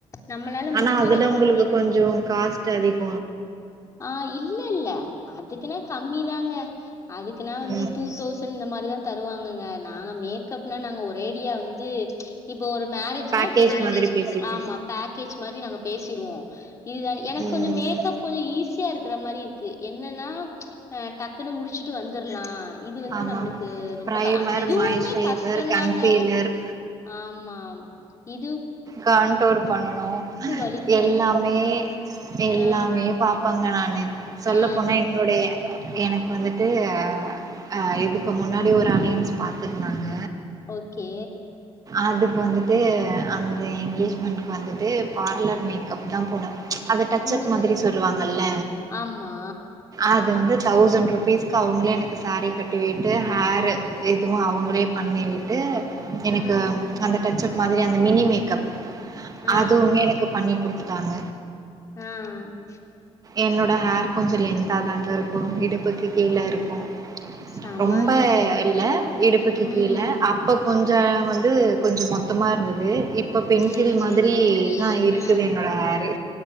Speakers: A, on the left; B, on the right.
A: நம்மளால
B: ஆனா
A: முடிஞ்சத
B: அதுல உங்களுக்கு
A: பண்ணுவோம்.
B: கொஞ்ச காஸ்ட் அதிக
A: ஆ இல்லல்ல அதுக்குனா கம்மி தாங்க அதுக்குனா வந்து
B: ம்
A: டூ தௌசண்ட் இந்த மாரிதா தரு தருவாங்கங்க நாங்க மேக்கப்னா நாங்க ஒரேடியா வந்து இப்போ ஒரு மேரேஜ்னா
B: பேக்கேஜ்
A: டென்னு
B: மாதிரி பேசிப்போ
A: ஆமா பேக்கேஜ் மாரி நாங்க பேசிருவோ இதுதா எனக்கு
B: ம்
A: கொஞ்ச மேக்கப் கொஞ்ச ஈஸி க்கற மாரி இருக்கு என்னன்னா அ டக்குன்னு முடிச்சுட்டு வந்தர்லா இது வந்து
B: ஆமா
A: நம்மளுக்கு ரொம்ப
B: ப்ரைமர்
A: க அ இதுவுமே
B: மாய்ஸ்ட்ரைசர்
A: கஷ்டந்தாங்க
B: கன்சீலர்
A: ஆமாம் இ
B: காண்டோர் பண்ணணு
A: வலிக்கு
B: எல்லாமே எல்லாமே
A: ஆ
B: பா ப்பங்க நானு சொல்ல
A: ஆ
B: போனா என்னுடைய எனக்கு வந்துட்டு அ இதுக்கு முன்னாடி ஒரு அலையன்ஸ் பாத்துருந்தாங்க
A: ஓகே
B: அதுக்கு வந்துட்டு அந்த எங்கேஜ்மெண்ட்க் வந்துட்டு பார்லர் மேக்கப் தா போனே அத டச்
A: ம்.
B: அப் மாதிரி சொல்லுவாங்கல்ல
A: ஆமா.
B: அது வந்து தௌசண்ட் ருபீஸ் க்கு அவுங்களே எனக்கு சேரி கட்டிவிட்டு ஹேர் இதுவு அவுங்களே பண்ணி விட்டு எனக்கு
A: ம்.
B: அந்த டச்ச மாதிரி அந்த மினி மேக்கப்
A: ஆ,
B: அதுவுமே எனக்கு பண்ணி குடுத்துட்டாங்க
A: ஆஹ் அ
B: என்னோட ஹேர் கொஞ்சோ லென்த்தாங்க தாங்க இருக்கு இடுப்புக்கு கீழ இருக்கு
A: செமங்க.
B: ரொம்ப இல்ல இடுப்புக்கு
A: ம்.
B: கீழ அப்ப கொஞ்ச வந்து கொஞ்சோ மொத்தமா இருந்துது இப் இப்ப பென்சில்
A: சரி, சரி.
B: மாதிரி தா இருக்குது
A: ஆ,
B: என்னோட ஹேரு